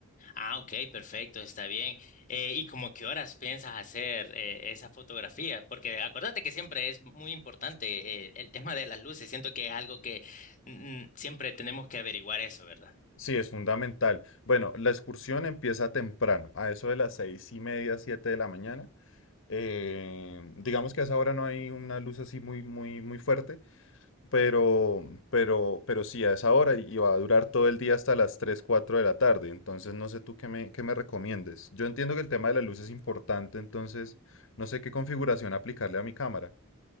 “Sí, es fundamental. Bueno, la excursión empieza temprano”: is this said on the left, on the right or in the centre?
Left